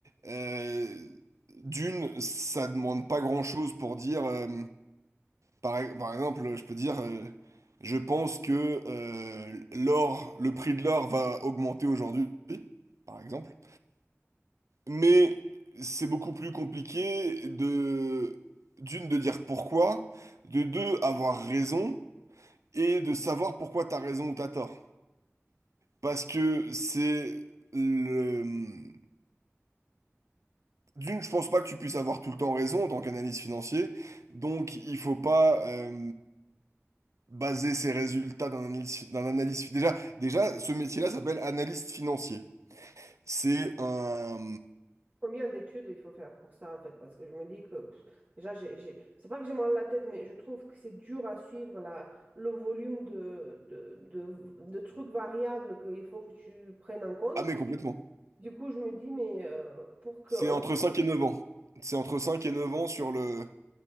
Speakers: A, on the right (about 80°); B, on the right (about 35°).
A: euh, d'une, ça demande pas grand-chose pour dire... euh, Par, e-, par exemple, je peux dire, euh, je pense que euh, l'or, le prix de l'or va augmenter aujourd'hui, par exemple. Mais c'est beaucoup plus compliqué de, d'une, de dire pourquoi, de deux, avoir raison, et de savoir pourquoi t'as raison ou t'as tort. Parce que c'est le... D'une, je pense pas que tu puisses avoir tout le temps raison en tant qu'analyste financier, donc il faut pas... euh, baser ses résultats d'un analyse, d'un analyse. Déjà, déjà, ce métier-là s'appelle analyste financier. C'est un...
B: Combien d'études il faut faire pour ça, en fait? Parce que je me dis que, pff, déjà, j'ai, j'ai- c'est pas que j'ai mal à la tête, mais je trouve que c'est dur à suivre la, le volume de, de, de, de trucs variables qu'il faut que tu prennes en compte.
A: Ah mais complètement.
B: Du coup, je me dis, mais euh, pour qu'on
A: C'est entre 5 et 9 ans. C'est entre cinq et neuf ans sur le...